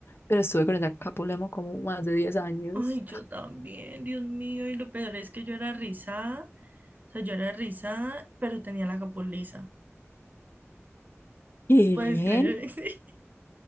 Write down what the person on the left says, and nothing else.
Pero estuve con el Acapulemo como más de diez años.
¿Qué?